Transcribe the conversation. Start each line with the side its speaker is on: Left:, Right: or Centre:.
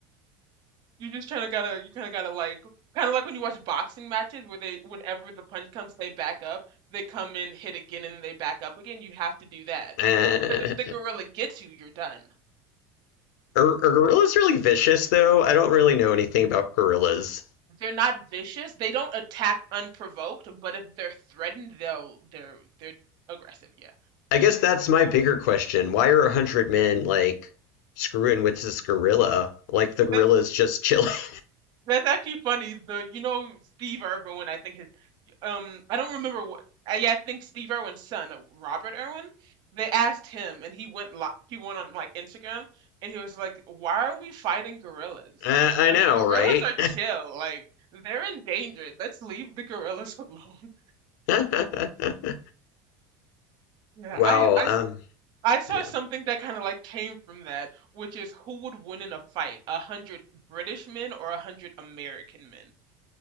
Right: You just kind of gotta, you kind of gotta like, kind of like when you watch boxing matches where they, whenever the punch comes, they back up, they come in, hit again, and then they back up again. You have to do that
Left: Uh,
Right: because if the gorilla gets you, you're done.
Left: are, are gorillas really vicious, though? I don't really know anything about gorillas.
Right: They're not vicious. They don't attack unprovoked, but if they're threatened, they'll, they're, they're aggressive. Yeah,
Left: I guess that's my bigger question. Why are a hundred men, like, screwing with this gorilla? Like, the gorilla's
Right: that's
Left: just chilling. <laughs>
Right: That's actually funny. The you know Steve Irwin, I think his um I don't remember what I, yeah, I think Steve Irwin's son, uh, Robert Irwin, they asked him and he went li he went on like Instagram and he was like, "Why are we fighting gorillas?
Left: Uh, I
Right: Like
Left: know,
Right: gorillas
Left: right?
Right: are chill. Like they're endangered. Let's leave the gorillas alone." <laughs>
Left: <laughs>
Right: Yeah,
Left: Well,
Right: I I
Left: um,
Right: s- I saw
Left: yeah.
Right: something that kind of like came from that, which is who would win in a fight, a hundred British men or a hundred American men?